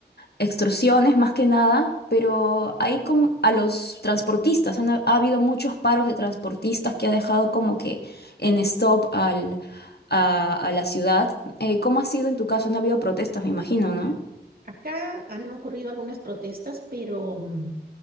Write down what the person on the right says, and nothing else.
Acá han ocurrido algunas protestas, pero mm,